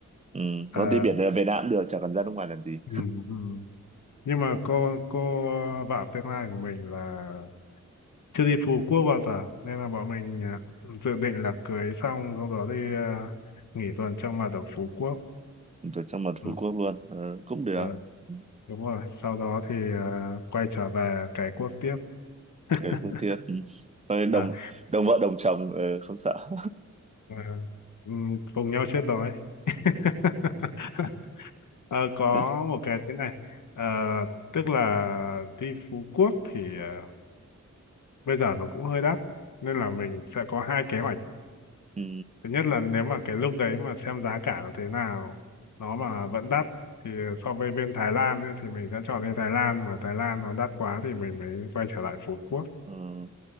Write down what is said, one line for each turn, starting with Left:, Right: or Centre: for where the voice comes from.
Right: ừ.
Left: à,
Right: có đi biển ở Việt Nam cũng được chẳng cần ra nước ngoài làm gì
Left: ừ, ừ. nhưng mà cô cô vợ tương lai của mình là chưa đi Phú Quốc bao giờ nên là bọn mình à, dự định là cưới xong sau đó đi à, nghỉ tuần trăng mật ở Phú Quốc
Right: tuần trăng mật
Left: ừ,
Right: Phú Quốc luôn ờ, cũng được
Left: ờ,
Right: Ừ,
Left: đúng rồi sau đó thì à, quay trở về cái quốc tiếp <laughs>
Right: gầy cô thiệt ừ. Thôi đồng
Left: À,
Right: đồng vợ đồng chồng ờ, không sợ
Left: Và, ừm, cùng nhau chết đói <laughs> Ờ, có
Right: <laughs>
Left: một cái thế này Ờ, tức là đi Phú Quốc thì ờ, bây giờ nó cũng hơi đắt nên là mình sẽ có hai kế hoạch
Right: ừ.
Left: thứ nhất là nếu mà cái lúc đấy mà xem giá cả nó thế nào nó mà vẫn đắt thì so với bên Thái Lan ấy, thì mình sẽ chọn đi Thái Lan mà Thái Lan nó đắt quá thì mình mới quay trở lại Phú Quốc
Right: Ừ.